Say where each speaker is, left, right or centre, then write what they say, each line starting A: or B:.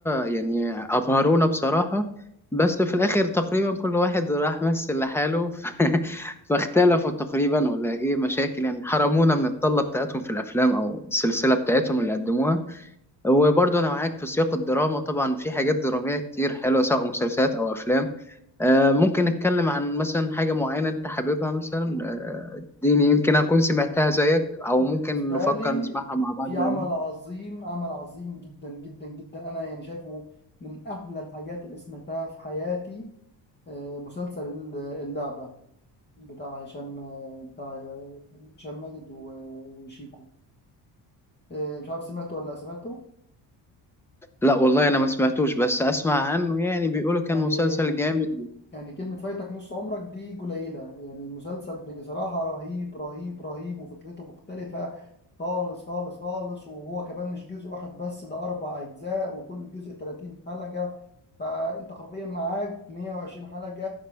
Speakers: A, in the centre; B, on the left.
A: يعني أبهرونا بصراحة بس في الآخر تقريبا كل واحد راح مثل لحاله ف... <laughs> فاختلفوا تقريبا ولا إيه مشاكل يعني حرمونا من الطلة بتاعتهم في الأفلام أو السلسلة بتاعتهم اللي قدموها وبرضه أنا معاك في سياق الدراما طبعا في حاجات درامية كتير حلوة سواء مسلسلات أو أفلام آه، ممكن نتكلم عن مثلا حاجة معينة أنت حاببها مثلا آه، دي يمكن أكون سمعتها زيك أو
B: بالنسبة
A: ممكن نفكر
B: لي
A: نسمعها مع بعض
B: في
A: بقى.
B: عمل عظيم عمل عظيم جدا جدا جدا أنا يعني شايفه من أحلى الحاجات اللي سمعتها في حياتي آه، مسلسل اللعبة بتاع هشام آه، بتاع آه، هشام ماجد و- وشيكو آه، مش عارف سمعته ولا لأ، سمعته
A: لا والله أنا ما سمعتوش بس أسمع عنه يعني بيقولوا كان
B: يعني
A: مسلسل جامد
B: يعني كلمة فايتك نص عمرك دي قليلة يعني المسلسل بصراحة رهيب رهيب رهيب وفكرته مختلفة خالص خالص خالص وهو كمان مش جزء واحد بس ده أربع أجزاء وكل جزء 30 حلقة فأنت حرفيا معاك 120 حلقة